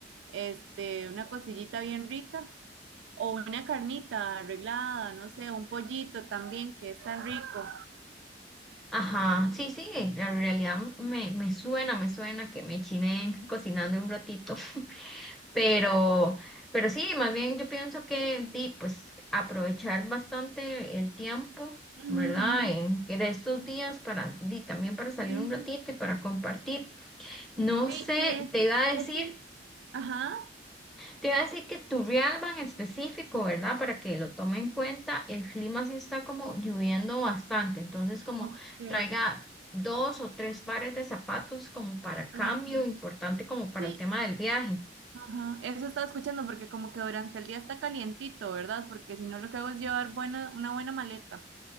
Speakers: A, on the right; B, in the centre.
A: este, una costillita bien rica o una carnita arreglada, no sé, un pollito también que es tan rico.
B: ajá, sí, sí, en realidad me, me suena, me suena que me chiné <laughs> cocinando un ratito. Pero, pero sí, más bien yo pienso que di, pues aprovechar bastante el tiempo,
A: Ujú,
B: ¿verdad?
A: ujú.
B: En, que de estos días para di, también para salir
A: Sí,
B: un ratito y para compartir. No
A: sí,
B: sé,
A: y ese,
B: te iba a decir,
A: ese, ajá,
B: te iba a decir que Turrialba en específico, ¿verdad? Para que lo tome en cuenta, el clima sí está como lloviendo bastante, entonces como
A: ok,
B: traiga dos o tres pares de zapatos como para cambio,
A: ajá.
B: importante como para
A: Sí,
B: el tema del viaje.
A: Ajá, eso estaba escuchando porque como que durante el día está calientito, ¿verdad? Porque si no lo que hago es llevar buena, una buena maleta.